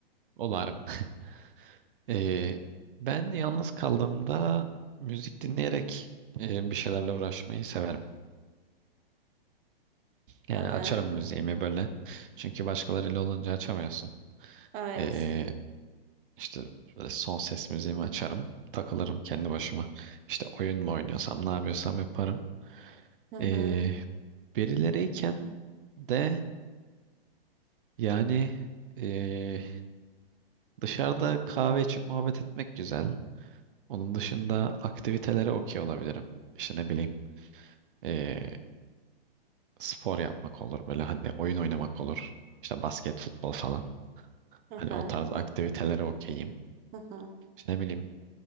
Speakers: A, on the right; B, on the right.
A: Olarım. <laughs> Ee, ben yalnız kaldığımda müzik dinleyerek e, bir şeylerle uğraşmayı severim. Yani
B: Hı hı.
A: açarım müziğimi böyle. Çünkü başkalarıyla olunca açamıyorsun.
B: Evet.
A: Ee, İşte böyle son ses müziğimi açarım. Takılırım kendi başıma. İşte oyun mu oynuyorsam ne yapıyorsam yaparım.
B: Hı
A: Ee,
B: hı.
A: birileriyken de yani ee, dışarıda kahve içip muhabbet etmek güzel. Onun dışında aktivitelere okey olabilirim. İşte ne bileyim ee, spor yapmak olur böyle hani oyun oynamak olur. İşte basket, futbol falan.
B: Hı
A: Hani
B: hı.
A: o tarz aktivitelere okeyim.
B: Hı hı.
A: İşte ne bileyim